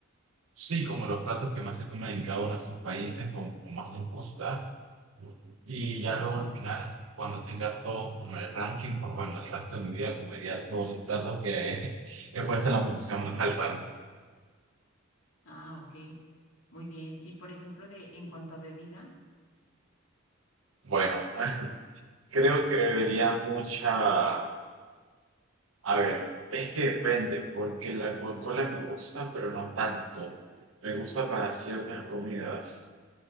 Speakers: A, on the right; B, on the left.
A: Sí, como los platos que más se comen en cada uno de estos países o, o más les gusta. Y ya
B: Ok.
A: luego al final, cuando tenga todo como el ranking, pues bueno, el resto de mi vida comería todos los platos que <laughs> he puesto en la posición más alta. ¿no?
B: Ah, ok. Muy bien. Y por ejemplo, de en cuanto a bebida,
A: Bueno, <laughs> creo que bebería mucha... A ver, es que depende, porque la Coca-Cola me gusta, pero no tanto. Me gusta para ciertas comidas.